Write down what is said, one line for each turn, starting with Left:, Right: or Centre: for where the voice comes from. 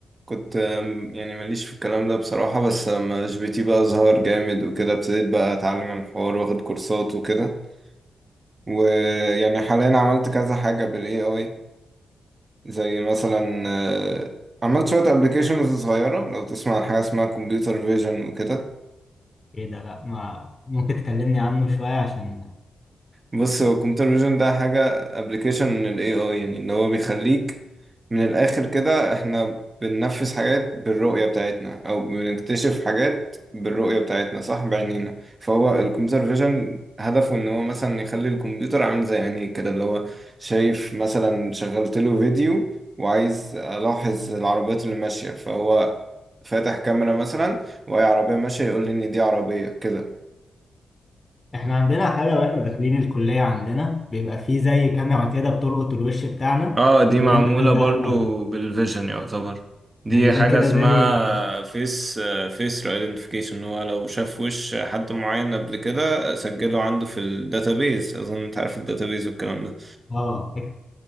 Right: كنت ام، يعني ماليش في الكلام ده بصراحة بس لما جي بي تي بقى ظهر جامد وكده ابتديت بقى اتعلم الحوار واخد كورسات وكده ويعني حاليا عملت كذا حاجة بالاي اي زي مثلا اه، عملت شوية ابلكيشنز صغيرة لو تسمع عن حاجة اسمها كمبيوتر فيجن وكده
Left: ايه ده لا ما ممكن تكلمني عنه شويه عشان
Right: بص هو الكمبيوتر فيجن ده حاجة ابلكيشن من ال AI يعني ان هو بيخليك من الآخر كده احنا بننفذ حاجات بالرؤية بتاعتنا او بنكتشف حاجات بالرؤية بتاعتنا صح بعينينا فهو الكمبيوتر فيجن هدفه ان هو مثلا يخلي الكمبيوتر عامل زي عينيك كده اللي هو شايف مثلا شغلت له فيديو وعايز الاحظ العربيات اللي ماشية فهو فاتح كاميرا مثلا وهي عربية ماشية يقول لي ان دي عربية كده
Left: احنا عندنا حاجه واحنا داخلين الكليه عندنا بيبقى فيه زي كاميرا كده بتلقط الوش بتاعنا
Right: اه دي
Left: وتقول
Right: معمولة
Left: لنا هل
Right: برضو
Left: ده انا ولا لأ.
Right: بالفيجن يعتبر دي
Left: يعني ده
Right: حاجة
Left: كده
Right: اسمها
Left: زي
Right: فيس فيس ايدنتيفيكيشن هو لو شاف وش حد معين قبل كده سجله عنده في الداتابيز اظن انت عارف الداتابيز والكلام ده
Left: اه إيه،